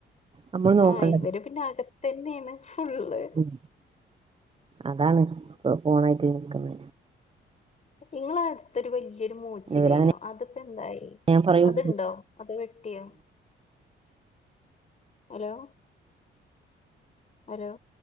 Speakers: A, on the right (about 30°); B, on the left (about 35°).
A: നമ്മള് നോക്കണ്ട.
B: ആ ഇവര് പിന്നെ അകത്തന്നെയാണ് ഫുള്ള്
A: ഉം. അതാണ്
B: ഉം
A: ഫോണേറ്റ് നിക്കുന്നെ
B: ഇങ്ങളട് ത്തൊരു വല്ല്യൊരു മൂച്ചില്ലയിനോ
A: ഇവരങ്ങനെ
B: അതിപ്പോ എന്തായി
A: ഞാൻ പറയും.
B: അത്ണ്ടോ അത് വെട്ടിയോ ഹലോ ഹലോ